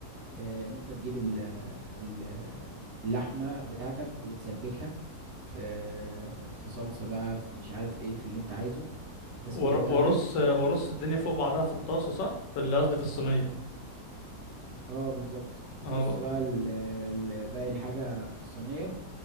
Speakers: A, on the right; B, on the left.
A: آه، ان انت تجيب ال- ال- اللحمه بتاعتك وتسبكها في في صلصه بقى في مش عارف ايه في اللي انت عايزه التسبيكه
B: ور-
A: بتاعتك
B: وارص وارص الدنيا فوق بعضها في الطاسه صح في اللي قصدي في الصينيه
A: اه بالظبط هترص
B: اه بقى
A: بقى ال- ال- باقي الحاجه في الصينيه